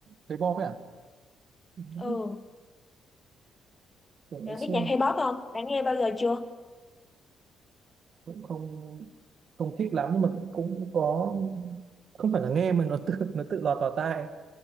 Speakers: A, on the right; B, on the left.
A: K-pop ấy à? ừ.
B: Ừ,
A: tưởng ngày
B: bạn
A: xưa
B: biết nhạc K-pop không? Đã nghe bao giờ chưa?
A: cũng không không thích lắm nhưng mà cũng, cũng có không phải là nghe mà nó tự nó tự lọt vào tai